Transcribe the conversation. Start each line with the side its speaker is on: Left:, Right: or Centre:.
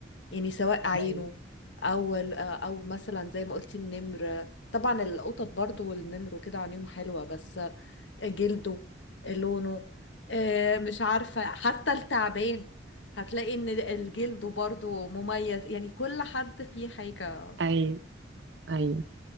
Left: يعني سواء عينه
Right: ايوه
Left: أو ال- آه، أو مثلا زي ما قلتي النمر طبعا القطط برضو والنمر وكده عينيهم حلوة بس آه، جلده لونه آه، مش عارفة حتى التعبان هتلاقي إن الجلد برضو مميز يعني كل حد فيه حاجة
Right: ايوه ايوه